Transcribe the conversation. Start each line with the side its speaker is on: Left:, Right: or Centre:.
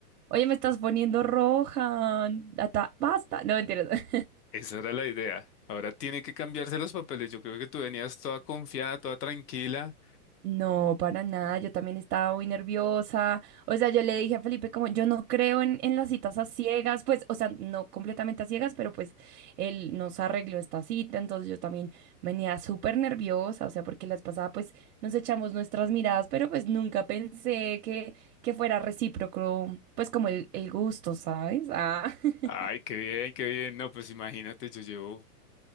Right: Oye, me estás poniendo roja. ata- Basta. No, mentiras. <laughs>
Left: Esa era la idea. Ahora tiene que cambiarse los papeles. Yo creo que tú venías toda confiada, toda tranquila.
Right: No, para nada, yo también estaba muy nerviosa. O sea, yo le dije a Felipe como yo no creo en, en las citas a ciegas, pues, o sea, no completamente a ciegas, pero pues él nos arregló esta cita, entonces yo también venía súper nerviosa, o sea, porque las pasadas pues nos echamos nuestras miradas, pero pues nunca pensé que, que fuera recíproco, pues como el, el gusto, ¿sabes? Ah. <laughs>
Left: Ay, qué bien, qué bien. No, pues imagínate, yo llevo